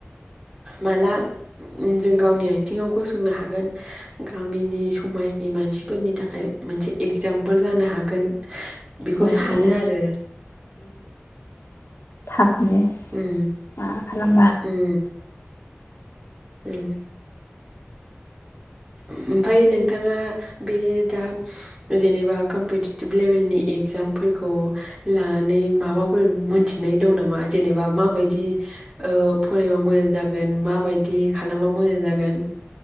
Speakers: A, on the right; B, on the left.
A: माला जों गावनि आथिङाव गसंनो हागोन गामिनि समाजनि मानसिफोरनि थाखाय मोनसे एगजामपोल जानो हागोन बेखौ
B: औ
A: सानो
B: औ
A: आरो
B: थाब दे
A: उम
B: माबा खालामबा
A: उम उम ओमफफाय नोंथाङा बे दा जेनेबा कम्पिटिटिभ लेभेलनि एगजामफोरखौ लानानै माबाफोर मोनथिनाय दं नामा जेनेबा माबायदि फरायबा ओ मोजां जागोन माबायदि खालामबा मोजां जागोन